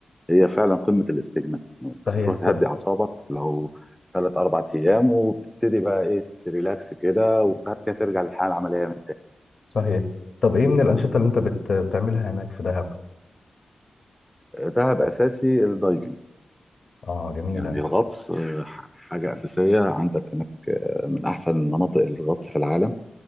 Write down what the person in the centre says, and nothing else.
هي فعلا قمة الاستجمام أنت
بتروح تهدي
أعصابك لو ثلاث أربع أيام وبتبتدي بقى إيه تريلاكس كده وبعد كده ترجع للحياة العملية من
تاني دهب أساسي الدايفنج
يعني الغطس آه، حاجة أساسية عندك هناك آه، من أحسن مناطق الغطس في العالم